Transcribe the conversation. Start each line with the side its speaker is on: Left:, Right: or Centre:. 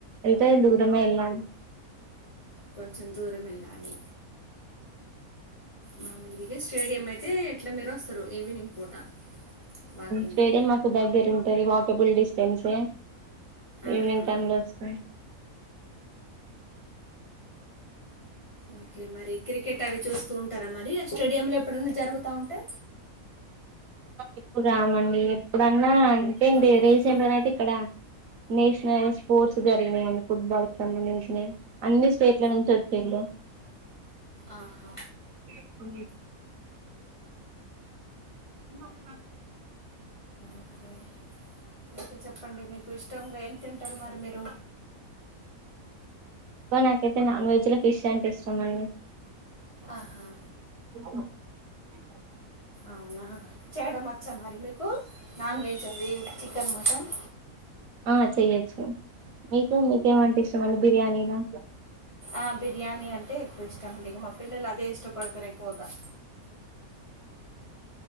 Right: వెళ్తే దూరమే వెళ్లాను
Left: కొంచెం దూరం వెళ్ళాలి మామూలుగా స్టేడియం అయితే ఎట్లా మీరు వస్తరు ఈవినింగ్ పూట వాకింగ్గా
Right: స్టేడియం మాకు దగ్గర ఉంటుది వాకబుల్ డిస్టెన్సే
Left: ఆహా
Right: ఈవినింగ్ టైమ్ లో వస్తా
Left: ఓకే మరి క్రికెట్ అవి చూస్తూ ఉం ఉంటారా మరి ఆ స్టేడియంలో ఎప్పుడైనా జరుగుతా ఉంటే
Right: ఎప్పుడు రామండి ఎప్పుడన్నా అంతే అండి
Left: బంద్ కరియా
Right: రీసెంట్గా
Left: పాణి
Right: అయితే ఇక్కడ నేషనల్ స్పోర్ట్స్ జరిగినాయం ఫుట్బాల్ కి సంబంధించినవి అన్ని స్టేట్ల నుంచి వచ్చిరు
Left: ఆహా
Right: అ ఇంగా ఉన్నారు
Left: ఓకే ఇంకా చెప్పండి మీకు ఇష్టంగా ఏంటి ట్టారు మరి మీరు
Right: బ్బా నాకైతే నాన్ వెజ్ లో ఫిష్ అంటే ఇష్టం అండి
Left: ఆహా
Right: అ
Left: అవునా చేయడం వచ్చా మరి మీకు నాన్ వెజ్ అది చికెన్ మటన్
Right: ఆ చెయ్యొచ్చు మీకు మీకేమంటే ఇష్టండి బిర్యానీనా
Left: ఆహ్ బిర్యానీ అంటే ఎక్కువ ఇష్టం అండి ఇక మా పిల్లలు అదే ఇష్టపడతారు ఎక్కువగా. <inaudible>